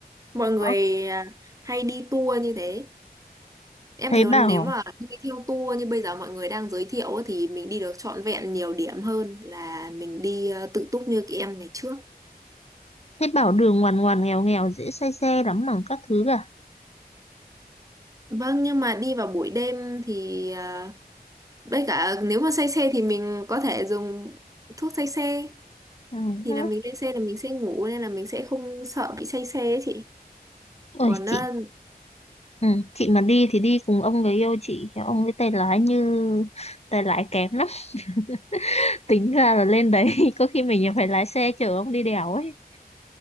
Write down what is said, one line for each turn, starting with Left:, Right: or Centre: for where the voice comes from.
Right: Mọi người
Left: có-
Right: ờ, hay đi tour như thế Em
Left: thấy
Right: thấy
Left: bảo
Right: nếu mà đi theo tour như bây giờ mọi người đang giới thiệu ấy, thì mình đi được trọn vẹn nhiều điểm hơn là mình đi ờ, tự túc như các em ngày trước.
Left: Thế bảo đường ngoằn ngoằn nghèo nghèo dễ say xe lắm mà các thứ cả,
Right: Vâng, nhưng mà đi vào buổi đêm thì ờ, với cả nếu mà say xe thì mình có thể dùng thuốc say xe
Left: Ừ.
Right: thì
Left: hứ.
Right: là mình lên xe là mình sẽ ngủ nên là mình sẽ không sợ bị say xe ấy chị.
Left: Ôi
Right: Còn
Left: chị,
Right: ờ,
Left: ừ. Chị mà đi thì đi cùng ông người yêu chị, kiểu ông ấy tay lái như tay lái kém lắm. <laughs> Tính ra là lên đấy <laughs> có khi mình phải lái xe chở ông đi đèo ấy.